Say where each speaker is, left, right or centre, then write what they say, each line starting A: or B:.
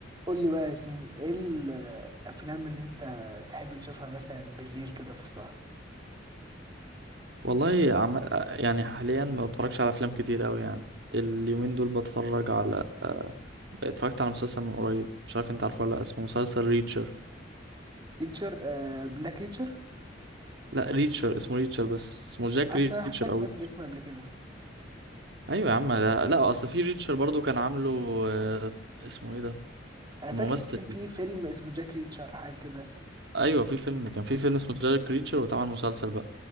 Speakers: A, on the right; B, on the right.
A: قول لي بقى يا ياسين ايه ال- الافلام اللي انت تحب تشوفها مثلا بالليل كده في السهرة
B: والله عم... يعني حاليا ما بتفرجش على افلام كتير قوي يعني اليومين دول بتفرج على آه، اتفرجت على مسلسل من قريب مش عارف انت عارفه ولا لا اسمه مسلسل ريتشر
A: ريتشر آه بلاك ريتشر
B: لا ريتشر اسمه ريتشر بس اسمه جاك
A: حاسس
B: ريتشر
A: انا حاسس انا سمعت
B: او ريتشر.
A: الاسم قبل كده
B: ايوه يا عم ده لا اصل في ريتشر برضو كان عامله آه، اسمه ايه ده
A: انا
B: الممثل
A: فاكر إن كان في فيلم اسمه جاك ريتشر حاجه كده
B: ايوه في فيلم كان في فيلم اسمه جاك ريتشر واتعمل مسلسل بقى